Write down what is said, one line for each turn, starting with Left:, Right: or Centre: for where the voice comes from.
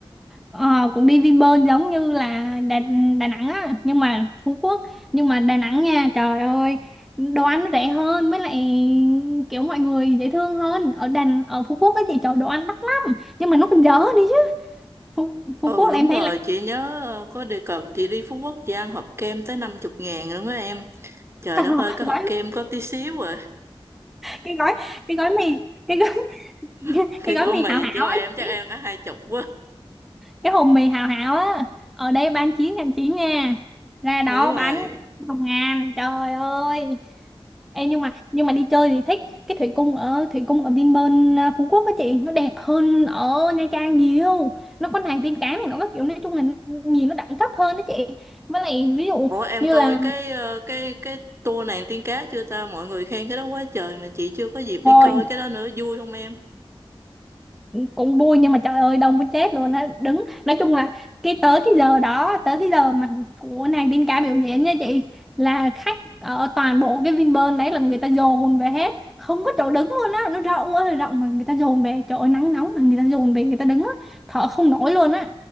Centre: Ờ, cũng đi Vinpearl giống như là Đà, Đà Nẵng á nhưng mà Phú Quốc nhưng mà Đà Nẵng nha trời ơi đồ ăn nó rẻ hơn với lại kiểu mọi người dễ thương hơn ở Đà ở Phú Quốc á chị trời đồ ăn đắt lắm nhưng mà nó còn dở đi chứ Phú, Phú
Right: Ừ
Centre: Quốc
Right: đúng
Centre: là em thấy
Right: rồi
Centre: là
Right: chị nhớ ờ, có đề cập chị đi Phú Quốc chị ăn hộp kem tới 50 ngàn luôn á em Trời
Centre: <laughs>
Right: đất ơi cái
Centre: gói
Right: hộp kem có tí xíu à
Centre: cái gói cái gói mì cái gói,
Right: <laughs>
Centre: <laughs>
Right: Cái
Centre: cái gói
Right: gói
Centre: mì
Right: mì
Centre: hảo hảo
Right: chứ
Centre: á
Right: em chắc
Centre: chị
Right: em đã hai chục quá
Centre: cái hồn mì hảo hảo á ở đây bán chín ngàn chín nha ra đó
Right: Đúng rồi
Centre: bán một ngàn trời ơi Ê, nhưng mà nhưng mà đi chơi thì thích cái thủy cung ở thủy cung ở Vinpearl à, Phú Quốc á chị nó đẹp hơn ở Nha Trang nhiều nó có nàng tiên cá này nó có kiểu nói chung là nhìn nó đẳng cấp hơn đó chị với lại ví dụ
Right: Ủa em
Centre: như
Right: coi
Centre: là
Right: cái ờ, cái cái tour nàng tiên cá chưa ta? Mọi người khen cái đó quá trời mà chị chưa có dịp đi
Centre: rồi
Right: coi cái đó nữa, vui không em?
Centre: cũng vui nhưng mà trời ơi đông muốn chết luôn á đứng nói chung là cái tới cái giờ đó tới cái giờ mà của nàng Đinh Ca biểu diễn nha chị là khách ở toàn bộ cái Vinpearl đấy là người ta dồn về hết không có chỗ đứng luôn á nó rộng ơi là rộng mà người ta dồn về trời ơi nắng nóng mà người ta dồn về người ta đứng á thở không nổi luôn á